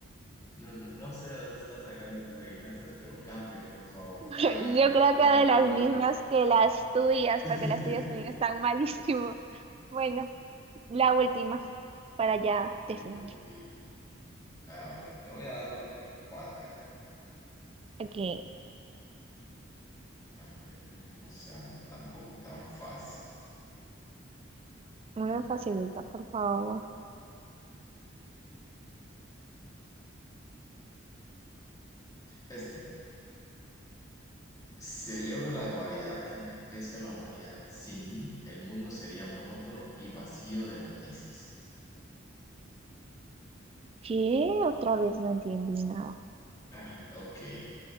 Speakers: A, on the left (about 20°); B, on the right (about 30°).
A: No, no, no sé de dónde está sacando esas adivinanzas, pero cambia, por favor,
B: Yo
A: cambia. Están
B: creo que
A: muy
B: de las
A: malas.
B: mismas que las tuyas,
A: <laughs>
B: porque las tuyas también están malísimo. Bueno, La última, para ya
A: Ok.
B: definir.
A: A ver, te voy a dar uno para que puedas ganar.
B: Aquí,
A: A ver, una que no sea tampoco tan fácil.
B: muy
A: Mm,
B: facilita, por favor.
A: Este. Celebro la variedad que enriquece a la humanidad. Sin mí, el mundo sería monótono y vacío de matices.
B: ¿Qué? Otra vez no entendí nada.
A: Ah, ok.